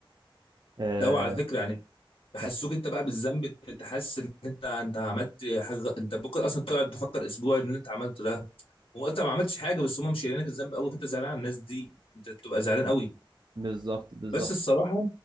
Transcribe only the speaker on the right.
آه
كم-
بالظبط بالظبط